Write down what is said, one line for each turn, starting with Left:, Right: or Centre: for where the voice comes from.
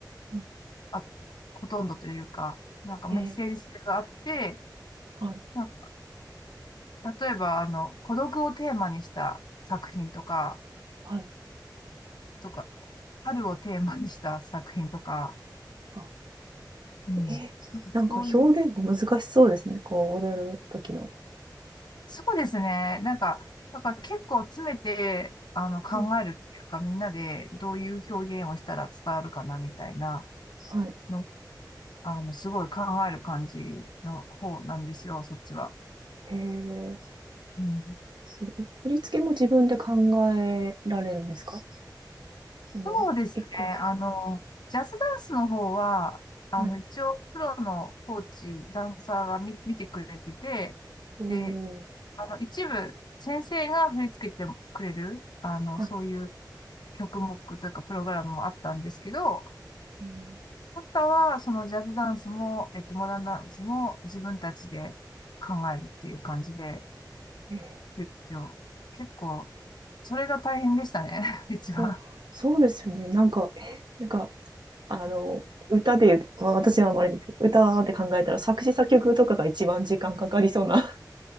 Right: うん、
Left: あ、ほとんどというか、なんかメッセージ性があって、
Right: えーはい、
Left: なんか例えばあの、孤独をテーマにした作品とか、
Right: はい。
Left: とか、春をテーマにした作品とか、
Right: あ、
Left: うん。
Right: えーなんか表現が難しそうですね、
Left: そういう
Right: こう踊る時の。
Left: そうですね。なんか、なんか結構詰めて、あの、考えるっていうか、
Right: はい、
Left: みんなでどういう表現をしたら伝わるかな、みたいな
Right: はい。
Left: の、あの、すごい考える感じの方なんですよ、そっちは。
Right: へえ、
Left: うん、
Right: すごい。振り付けも自分で考えられるんですか？その、
Left: そうですね。
Right: 一個一個
Left: あの、ジャズダンスの方は、あの、
Right: はい。
Left: 一応、プロのコーチ、ダンサーが見、見てくれてて、
Right: おお。
Left: で、あの、一部、先生が振り付けてくれる、あの、
Right: はい。
Left: そういう曲目というか、プログラムもあったんですけど、
Right: うん。
Left: あとは、そのジャズダンスも、えっと、モダンダンスも自分たちで考えるっていう感じで、
Right: え、
Left: 勉強結構、結構それが大変でしたね、<laughs> 一番。
Right: そう、そうですよね。なんか、え、なんか、あの、歌で言う、まあ、私はあんまりですけど、歌って考えたら作詞作曲とかが一番時間かかりそうな <laughs>